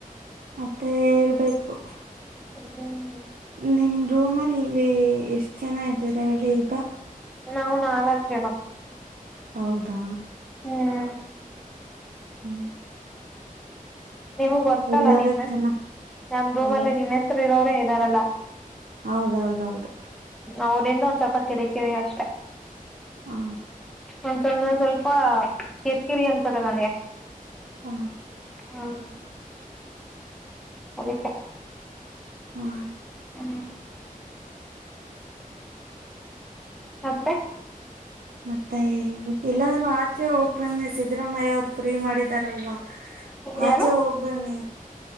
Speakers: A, on the right (about 80°); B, in the centre.
A: ಮತ್ತೆ ಹೇಳ್ಬೇಕು.
B: ಹ್ಮ್
A: ನಿಮ್ ರೂಮಲ್ಲಿ ಎಷ್ಟ್ ಜನ ಇದ್ದೀರಾ ಹೇಳಿ ಈಗ?
B: ನಾವು ನಾಲ್ಕು ಜನ.
A: ಹೌದಾ.
B: ಹ್ಮ.
A: ಹ್ಮ್.
B: ನಿಮ್ಮ ಗೊತ್ತಲ್ಲ
A: ಎಲ್ಲಾರೂ
B: ನಿಮ್ಮ್ ಹೆ
A: ಚೆನ್ನ
B: ನಮ ರೂಮ್
A: ಅಲೋ
B: ಅಲ್ಲಿ ನಿಮ್ಮ್ ಹೆಸರು ಇರೋರೇ ಇದ್ದಾರಲ್ಲ.
A: ಹೌದೌದೌದು.
B: ಅವ್ರಂದ ಒಂದು ಸ್ವಲ್ಪ ಕಿರಿಕಿರಿ ಅಷ್ಟೇ.
A: ಹಾ.
B: ಒಂದ ಸಮ್ನೆ ಸ್ವಲ್ಪ ಕಿರಿಕಿರಿ ಅನ್ಸದೆ ನಂಗೆ.
A: ಹಾ.
B: ಹಾ ಅದಕ್ಕೆ
A: ಹಾ.
B: <inaudible> ಮತ್ತೆ
A: ಮತ್ತೆ ಎಲ್ಲಾದ್ರೂ ಆಚೆ ಹೋಗ್ ಬನ್ನಿ ಸಿದ್ದರಾಮಯ್ಯ ಅವ್ರು ಫ್ರೀ ಮಾಡಿದಾರಲ್ಲ.
B: ಯಾರು
A: ಆಚೆ ಹೋಗ್ ಬನ್ನಿ.